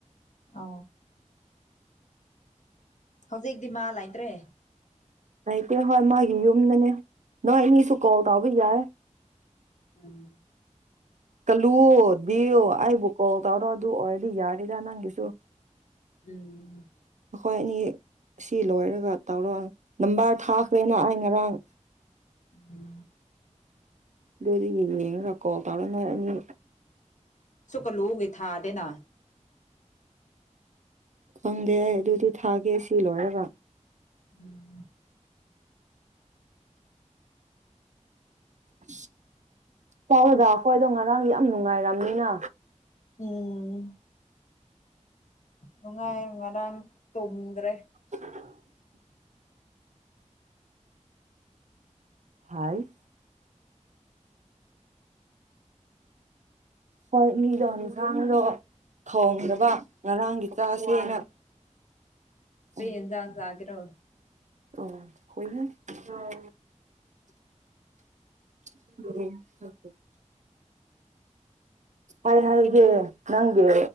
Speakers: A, on the left; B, on the right.
A: ꯑ ꯍꯧꯖꯤꯛꯇꯤ ꯃꯥ ꯂꯩꯇ꯭ꯔꯦ
B: ꯑꯇꯦ ꯍꯣꯏ ꯃꯥꯒꯤ ꯌꯨꯝꯗꯅꯦ ꯅ ꯏꯅꯤ ꯁꯀꯣꯜ ꯇꯕ ꯌꯥꯦ
A: ꯎꯝ
B: ꯀꯜꯂꯨꯗꯤꯌꯣ ꯑꯩꯕꯨ ꯀꯣꯜ ꯀꯧꯔꯣ ꯑꯗꯨ ꯑꯣꯏꯔꯗꯤ ꯌꯥꯔꯤꯔ ꯅꯪꯒꯤꯁꯨ
A: ꯎꯝ
B: ꯑꯩꯈꯣꯏ ꯑꯅꯤ ꯁꯤ ꯂꯣꯏꯔꯒꯥ ꯇꯧꯔꯣ ꯅꯝꯕꯔ ꯊꯥꯈ꯭ꯔꯦꯅ ꯑꯩ ꯉꯔꯥꯡ
A: ꯎꯝ
B: ꯑꯗꯨꯗꯤ ꯌꯦꯡꯉꯒꯥ ꯀꯣꯜ ꯇꯔ‌ꯣ ꯅ‌ꯣꯏꯑꯅꯤ
A: ꯁꯀꯂꯨꯒ ꯏ ꯊꯥꯗ ꯅ
B: ꯈꯪꯗꯦ ꯑꯗꯨꯗꯤ ꯊꯥꯒꯦ ꯁꯤ ꯂꯣꯏꯒꯥ
A: ꯎꯝ
B: ꯑ ꯆꯥꯎꯔꯗ ꯑꯩꯈꯣꯏ ꯑꯗꯣ ꯉꯔꯥꯡꯗꯤ ꯌꯥꯝ ꯅꯨꯡꯉꯥꯏꯔꯝꯅꯤꯅ
A: ꯎꯝ ꯅꯨꯡꯉꯥꯏ ꯃꯔꯝ ꯇꯨꯝꯗ꯭ꯔꯦ
B: <unintelligible> ꯐꯥꯏꯁ ꯍꯣꯏ ꯃꯤꯗꯣ ꯌꯦꯟꯁꯥꯡꯗꯣ ꯊꯣꯡꯗꯕ ꯉꯔꯥꯡꯒꯤ ꯆꯥꯁꯦꯅ
A: ꯀꯔꯤ
B: ꯎꯝ
A: ꯌꯦꯟꯖꯥꯡ ꯆꯥꯒꯦꯔꯣ
B: ꯑꯣ ꯍꯣꯏꯅ ꯑꯣ ꯑꯣ <unintelligible> ꯍꯥꯏ ꯍꯥꯏꯒꯦ ꯅꯪꯒꯤ